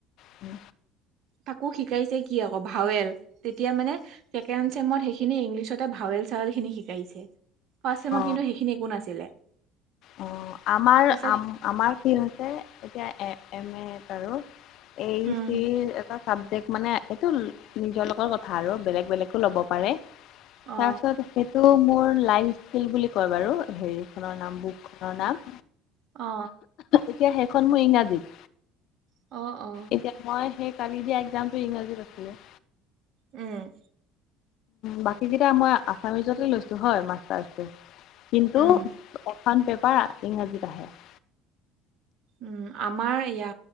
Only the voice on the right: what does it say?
তাকো শিকাইছে কি আকৌ, ভাৱেল তেতিয়া মানে ছেকেণ্ড চেমত সেইখিনি ইংলিছতে ভাৱেল চাল খিনি শিকাইছে, ফাৰ্ষ্ট চেমত
কিন্তু সেইখিনি একো নাছিলে।
তাৰপিছত
উম
অ
অ,
অ, অ,
উম,
উম
উম! আমাৰ ইয়া